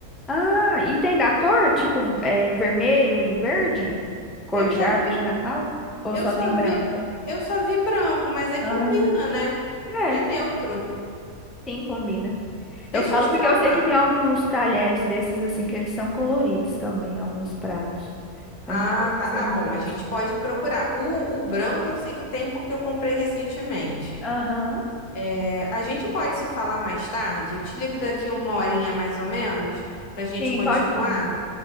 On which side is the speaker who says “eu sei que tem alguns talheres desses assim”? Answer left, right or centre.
Centre